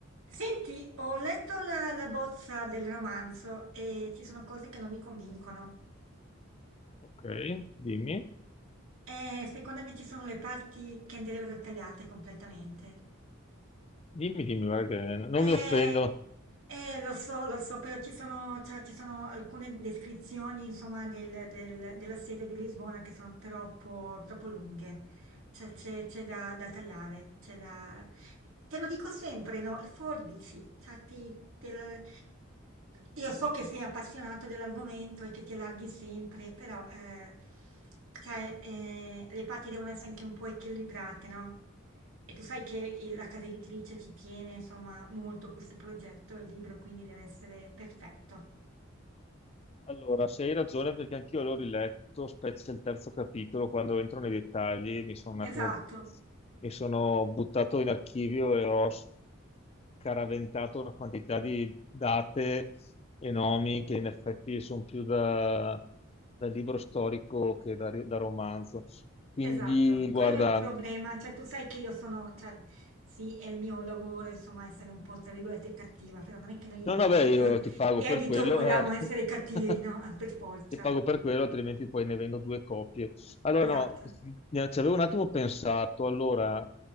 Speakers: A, on the right; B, on the left.
A: Senti, ho letto la, la bozza del romanzo e ci sono cose che non mi convincono.
B: Ok, dimmi,
A: E secondo me ci sono le parti che andrebbero tagliate completamente.
B: dimmi, dimmi, guarda che non
A: Eh,
B: mi offendo.
A: eh, lo so, lo so, però ci sono, cioè, ci sono alcune descrizioni, insomma, del- del- dell'assedio di Lisbona che sono troppo, troppo lunghe. Cioè, c'è c'è da, da tagliare, c'è da... Te lo dico sempre, no? Forbici, cioè, ti- te lo- Io so che sei appassionato dell'argomento e che ti allarghi sempre, però, eh, cioè, eh, le parti devono essere anche un po' equilibrate, no? E tu sai che il- la casa editrice ci tiene, insomma, molto a questo progetto, il libro quindi deve essere perfetto.
B: Allora, se hai ragione, perché anch'io l'ho riletto, specie il terzo capitolo, quando entro nei dettagli, mi sono un attimo,
A: Esatto,
B: mi sono buttato in archivio e ho scaraventato una quantità di date e nomi che in effetti sono più da, da libro storico che da, da romanzo. Quindi,
A: esatto.
B: guarda,
A: Quello è il problema. Cioè, tu sai che io sono, cioè, sì, è il mio lavoro, insomma, essere un po', tra virgolette, cattiva, però non è che noi
B: No, no,
A: editor,
B: beh, io ti pago
A: editor
B: per quello,
A: vogliamo
B: eh.
A: essere cattivi,
B: <laughs>
A: no? <laughs> Per forza.
B: Ti pago per quello, altrimenti poi ne vendo due copie. Allora,
A: Esatto.
B: no, ne- ci avevo un attimo pensato. Allora,